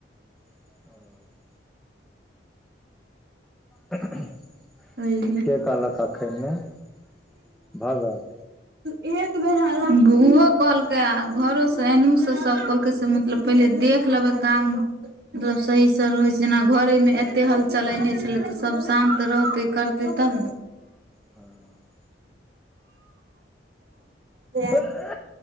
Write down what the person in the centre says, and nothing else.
<unintelligible> <unintelligible>
केँ कहलक एखन नै <inaudible> भगत।
हँ
हँ